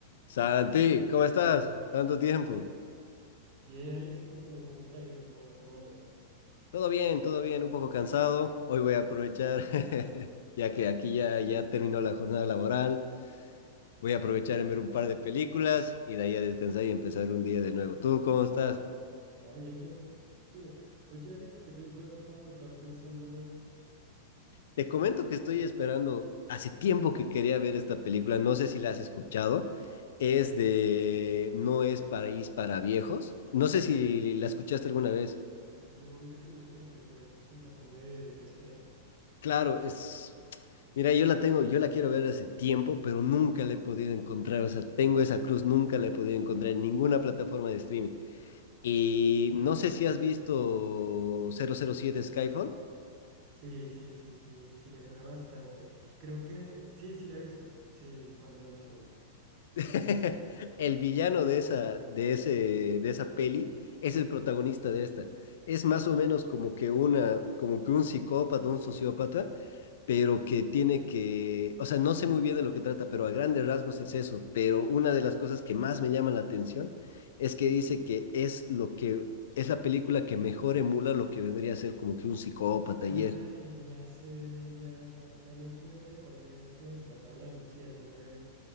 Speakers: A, on the left (about 65°); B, on the right (about 50°).
A: Santi, ¿cómo estás? Tanto tiempo.
B: Bien, Alex, ¿y tú cómo, cómo te ha ido? ¿Cómo, cómo andas?
A: Todo bien, todo bien, un poco cansado. Hoy voy a aprovechar, <laughs> ya que aquí ya, ya terminó la jornada laboral, voy a aprovechar en ver un par de películas y de ahí a descansar y empezar un día de nuevo. ¿Tú cómo estás?
B: Ah, bien, pero tú. Oye, Alex, ¿y qué películas cómo estás pensando ver?
A: Te comento que estoy esperando, hace tiempo que quería ver esta película, no sé si la has escuchado. Es de No es Paraíso para Viejos. No sé si la escuchaste alguna vez.
B: No, mira que no me suena, ¿me puedes contar cómo de, de qué se trata?
A: Claro, es. Mira, yo la tengo, yo la quiero ver hace tiempo, pero nunca la he podido encontrar. O sea, tengo esa cruz, nunca la he podido encontrar en ninguna plataforma de streaming. Y no sé si has visto cero cero siete Skyfall.
B: Sí, sí, sí, sí, sí, me suena bastante. Creo que sí, sí la he visto, sí, cuando era más joven.
A: <laughs> El villano de esa, de ese, de esa peli es el protagonista de esta. Es más o menos como que una, como que un psicópata, un sociópata, pero que tiene que, o sea, no sé muy bien de lo que trata, pero a grandes rasgos es eso, pero una de las cosas que más me llama la atención es que dice que es lo que es la película que mejor emula lo que vendría a ser como que un psicópata
B: Ay,
A: y eso.
B: ya sé, ya, ya, ya me suena de cuál es la que me estás hablando. Sí, alguna vez.